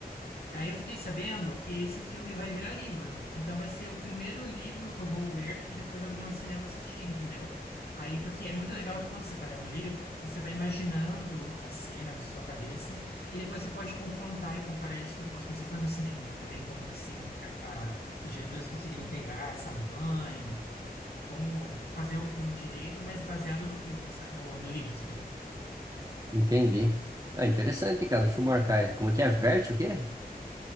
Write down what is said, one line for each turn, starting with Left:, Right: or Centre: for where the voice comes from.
Left: Aí eu fiquei sabendo que esse filme vai virar livro. Então vai ser o primeiro livro que eu vou ler e depois eu vou no cinema assistir, entendeu? Aí, porque é muito legal que quando você está lendo o livro, você vai imaginando as cenas na sua cabeça e depois você pode confrontar e comparar isso depois quando você for no cinema, para ver como que se o ca- a- os diretores conseguiram pegar essa manha, de como fazer o filme direito, mas baseado no filme, sa- no, no livro, desculpa.
Right: Entendi. Ah, interessante, cara. Deixa eu marcar. é, Como é que é? Vert o quê?